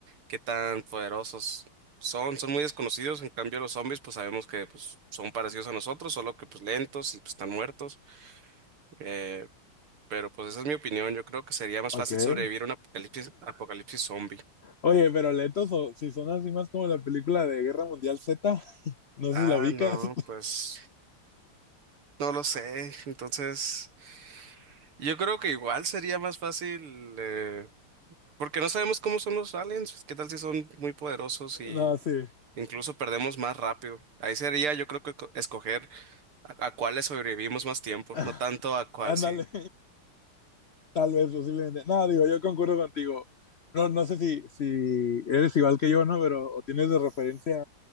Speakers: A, on the right; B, on the left.
A: qué tan poderosos son, son muy desconocidos. En cambio, los zombies, pues sabemos que pues, son parecidos a nosotros, solo que pues lentos y pues están muertos. Eh, pero pues esa es mi opinión. Yo creo que sería más
B: <laughs> ok.
A: fácil sobrevivir a un apocalipsis, apocalipsis zombie.
B: Oye, pero lentos, o si son así más como la película de Guerra Mundial Z, no
A: Ah,
B: sé si la ubicas.
A: no,
B: <laughs>
A: pues no lo sé. Entonces, yo creo que igual sería más fácil, eh, porque no sabemos cómo son los aliens. ¿Qué tal si son muy poderosos y
B: No, sí.
A: incluso perdemos más rápido? Ahí sería, yo creo que co- escoger a, a cuáles sobrevivimos más tiempo,
B: <laughs>
A: no tanto a cuál
B: Ándale.
A: sí.
B: Tal vez, posiblemente. No, digo, yo concuerdo contigo. No, no sé si, si eres igual que yo, ¿no? Pero o tienes de referencia